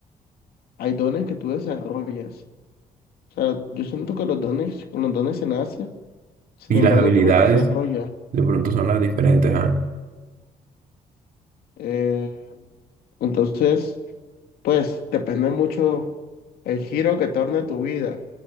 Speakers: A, on the left (about 85°); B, on the right (about 65°).
A: hay dones que tú desarrollas. O sea, yo siento que los dones, con los dones se nace, sin
B: Y
A: embargo,
B: las habilidades
A: tú los desarrollas.
B: de pronto son las diferentes, ¿ah?
A: Eh, entonces... Pues depende mucho el giro que torne tu vida.